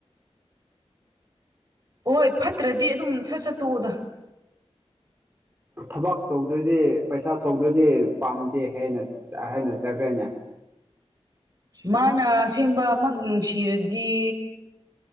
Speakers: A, on the right; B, on the right.
A: ꯍꯣꯏ ꯐꯠꯇ꯭ꯔꯗꯤ ꯑꯗꯨꯝ ꯁꯠ ꯁꯠ ꯇꯣꯛꯑꯣꯗ
B: ꯊꯕꯛ ꯇꯧꯗ꯭ꯔꯗꯤ ꯄꯩꯁꯥ ꯊꯣꯛꯇ꯭ꯔꯗꯤ ꯄꯥꯝꯗꯦ ꯍꯥꯏꯅ ꯍꯥꯏꯅ ꯆꯠꯈ꯭ꯔꯦꯅꯦ
A: ꯃꯥꯅ ꯑꯁꯦꯡꯕ ꯃꯛ ꯅꯨꯡꯁꯤꯔꯗꯤ